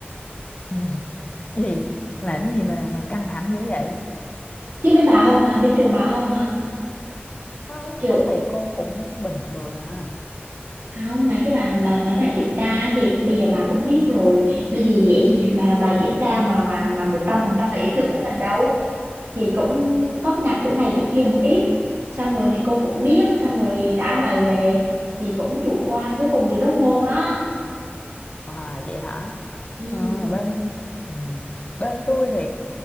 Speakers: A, on the left; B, on the right.
A: <laughs> Gì? Làm gì mà mà căng thẳng dữ vậy?
B: Chứ bên bà không hả? Bên trường bà không hả?
A: Không,
B: Kiểu
A: thấy thầy cô cũng bình thường à.
B: không mấy cái bài mà bài mấy bài kiểm tra ấy thì bây giờ bà cũng biết rồi. Bây giờ dễ gì bà làm bài kiểm tra mà mà mà 100% là ý tưởng của mình đâu. thì cũng góp nhặt chỗ này chỗ kia một ít xong rồi thầy cô cũng biết xong rồi trả bài về thì cũng chủ quan cuối cùng bị rớt môn đó
A: À vậy hả?
B: ừ,
A: À, bên ừ, bên tôi thì